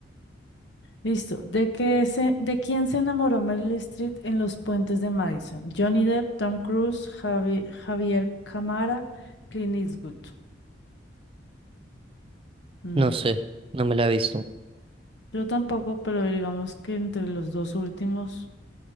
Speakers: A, on the left; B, on the right.
A: Listo. ¿De qué se, de quién se enamoró Meryl Streep en Los Puentes de Madison? Johnny Depp, Tom Cruise, Javi- Javier Camara, Clint Eastwood. Mm,
B: No sé, no me la he visto.
A: Yo tampoco, pero digamos que entre los dos últimos,